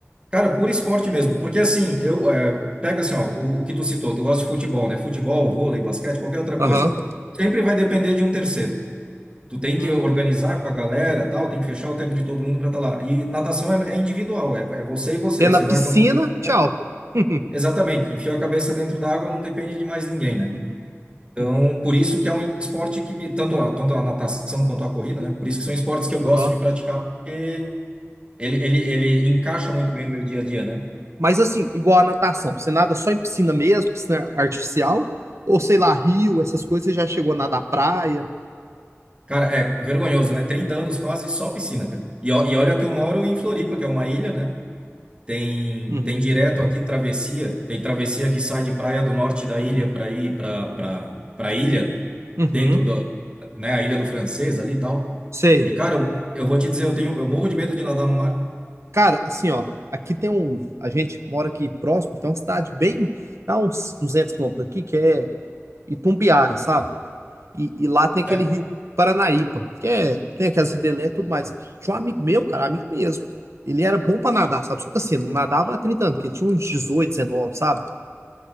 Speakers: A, on the right (about 20°); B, on the right (about 70°).
A: Cara, por esporte mesmo, porque assim, eu, é, pega assim, ó, o, o que tu citou, tu gosta de futebol, né? Futebol, vôlei, basquete, qualquer outra
B: Aham.
A: coisa. Sempre vai depender de um terceiro. Tu tem que
B: Hum.
A: organizar com a galera, tal, tem que fechar o tempo de todo mundo para estar lá. E natação é, é individual, é, é você e você,
B: É
A: você
B: na piscina,
A: vai quando você pode.
B: tchau. <laughs>
A: Exatamente, enfiou a cabeça dentro da água, não depende de mais ninguém, né?
B: Uhum.
A: Então,
B: Uhum. Uhum.
A: por isso que é um esporte que me, tanto a, tanto a natação quanto a corrida, né? Por isso que são esportes que eu gosto
B: Aham.
A: de praticar, porque ele, ele, ele encaixa muito bem no meu dia a dia, né?
B: Mas assim, igual a natação, você nada só em piscina mesmo, piscina artificial, ou sei lá, rio, essas coisas, você já chegou a nadar praia?
A: Cara, é vergonhoso, né? 30 anos quase, só piscina, cara. E, ó- e olha que eu moro em Floripa, que é uma ilha, né? Tem,
B: Uhum.
A: tem direto aqui travessia, tem travessia que sai de praia do norte da ilha para ir para para para ilha
B: Uhum.
A: dentro da, né, a ilha do Francês ali e tal.
B: Sei.
A: E cara, eu, eu vou te dizer, eu tenho eu morro de medo de nadar no mar.
B: Cara, assim, ó, aqui tem um. A gente mora aqui próximo, tem uma cidade bem. Dá uns 200 quilômetros daqui, que é Itumbiara, sabe? E, e lá tem aquele
A: Sério.
B: rio Paranaípa, que é, tem aquelas ridelé tudo mais. Tinha um amigo meu, cara, amigo mesmo. Ele era bom pra nadar, sabe? Só que assim, não nadava há 30 anos, porque ele tinha uns 18 19, sabe?